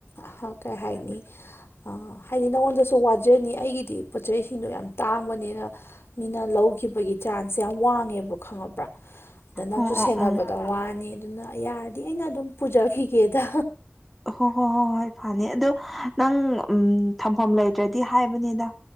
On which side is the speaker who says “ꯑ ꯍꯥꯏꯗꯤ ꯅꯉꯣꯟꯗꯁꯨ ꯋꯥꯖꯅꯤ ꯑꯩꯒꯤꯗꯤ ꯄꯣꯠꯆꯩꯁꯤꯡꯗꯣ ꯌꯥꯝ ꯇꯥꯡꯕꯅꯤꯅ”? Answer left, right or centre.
Left